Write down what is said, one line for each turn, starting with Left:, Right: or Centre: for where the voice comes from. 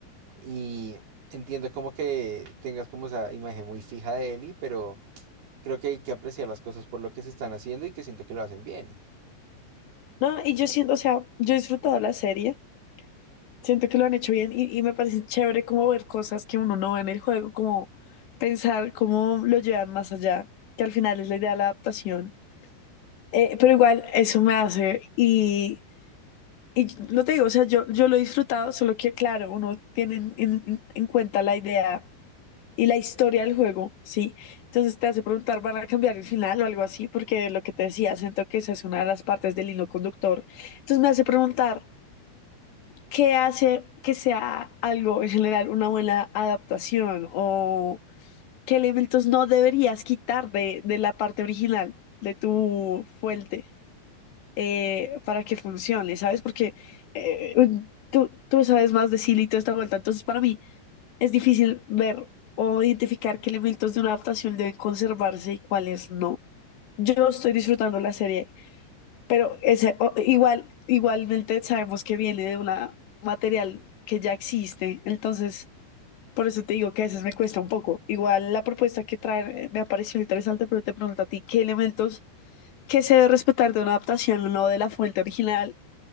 Right: Y entiendo como que tengas como esa imagen muy fija de Ellie, pero creo que hay que apreciar las cosas por lo que se están haciendo y que siento que lo hacen bien.
Left: No, y yo siento, o sea, yo he disfrutado la serie, siento que lo han hecho bien y, y me parece chévere como ver cosas que uno no ve en el juego, como pensar cómo lo llevan más allá, que al final es la idea de la adaptación. Eh, pero igual eso me hace y, y lo te digo, o sea, yo, yo lo he disfrutado, solo que claro, uno tiene en, en en cuenta la idea y la historia del juego, ¿sí? Entonces te hace preguntar, ¿van a cambiar el final o algo así? Porque lo que te decía, siento que esa es una de las partes del hilo conductor. Entonces me hace preguntar, ¿qué hace que sea algo en general una buena adaptación o qué elementos no deberías quitar de, de la parte original, de tu fuente, eh, para que funcione, ¿sabes? Porque eh, tú, tú sabes más de Silly y toda esta vuelta. Entonces, para mí, es difícil ver o identificar qué elementos de una adaptación deben conservarse y cuáles no. Yo estoy disfrutando la serie, pero ese, o- igual, igualmente sabemos que viene de un material que ya existe, entonces por eso te digo que a veces me cuesta un poco. Igual la propuesta que traen eh, me ha parecido interesante, pero te pregunto a ti, ¿qué elementos que se debe respetar de una adaptación o no de la fuente original